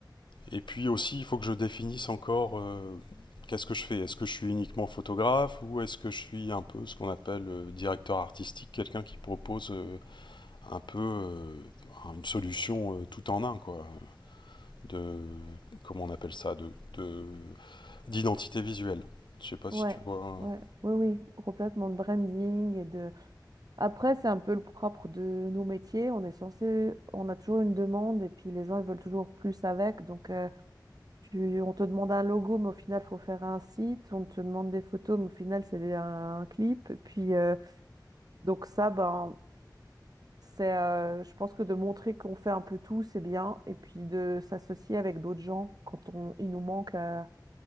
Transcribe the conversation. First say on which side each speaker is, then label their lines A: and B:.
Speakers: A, on the left; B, on the right.
A: Et puis aussi, il faut que je définisse encore euh, qu'est-ce que je fais. Est-ce que je suis uniquement photographe ou est-ce que je suis un peu ce qu'on appelle euh, directeur artistique, quelqu'un qui propose euh, un peu euh, une solution euh, tout en un, quoi, de comment on appelle ça, de de- d'identité visuelle. Je sais pas
B: Ouais,
A: si tu vois.
B: ouais, oui, oui, complètement de branding et de, Après, c'est un peu le propre de nos métiers. On est censé, on a toujours une demande et puis les gens, ils veulent toujours plus avec. Donc, euh, tu- on te demande un logo, mais au final, il faut faire un site. On te demande des photos, mais au final, c'est des- un, clip. Puis, euh, donc ça, ben, c'est, euh, je pense que de montrer qu'on fait un peu tout, c'est bien. Et puis de s'associer avec d'autres gens quand on, il nous manque euh,